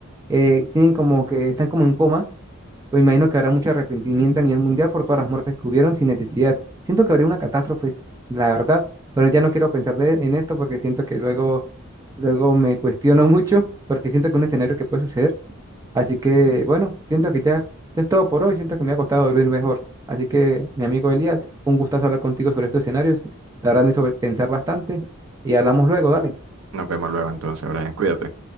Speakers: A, on the right (about 15°); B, on the right (about 80°).
A: eh, tienen como que están como en coma, pues imagino que habrá mucho arrepentimiento a nivel mundial por todas las muertes que hubieron sin necesidad. Siento que habría una catástrofe, la verdad, pero ya no quiero pensar de- en esto porque siento que luego, luego me cuestiono <laughs> mucho, porque siento que es un escenario que puede suceder Así que, bueno, siento que ya es todo por hoy. Siento que me ha costado dormir mejor. Así que, mi amigo Elías, un gustazo hablar contigo sobre estos escenarios. La verdad me hizo pensar bastante y hablamos luego, dale.
B: Nos vemos luego entonces, Brian, cuídate.